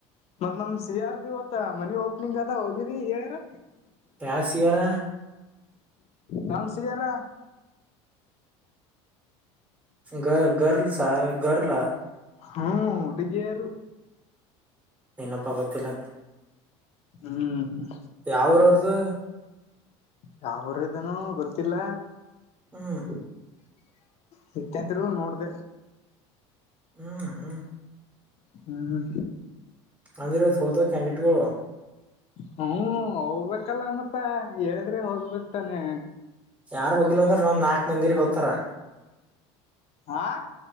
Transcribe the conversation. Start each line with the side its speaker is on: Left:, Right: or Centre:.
Left: ಮತ್ ನಮ್ ಸಿ ಯಾರ್ದ ಇವತ್ತ ಮನಿ ಓಪನಿಂಗ್ ಅದ ಹೋಗಿದಿ ಹೇಳಾರ
Right: ರಾಸಿಯಾರ
Left: ನನ್ಸ ಯಾರ
Right: ಗ ಗರ್ಲ್ಸ ಗರ್ಲ
Left: ಹ್ಮ್ ಹುಡುಗಿಯಾರ
Right: ಇ ನಪ್ಪಾ ಕೊತಿಲ್ಲ
Left: ಹ್ಮ್
Right: ಯಾವ್ರ ಅವ್ರದು
Left: ಯಾವರ ಇದನೂ ಗೊತ್ತಿಲ್ಲ
Right: ಹ್ಮ
Left: ನಿತ್ತಿದ್ರು ನೋಡ್ದ
Right: ಹ್ಮ್ ಹ್ಮ್
Left: ಹ್ಮ ಹ್ಮ
Right: ಅಂದಿರವ ಹೋದ ಕ್ಯಾಂಡಿಡೇಟ್ಗಳು
Left: ಹ್ಮ ಹೋಗ್ಬೇಕಲ್ಲ ಮತ್ತ ಹೇಳಿದ್ರೆ ಹೋಗ್ಬೇಕಕ್ತಾನೆ
Right: ಯಾರ್ ಹೋಗಿಲ್ಲ ಅಂದ್ರೆ ನಾ ನಾಕಕ್ ಮಂದಿರಿಗೆ ಹೋಗ್ತಾರ
Left: ಆಾ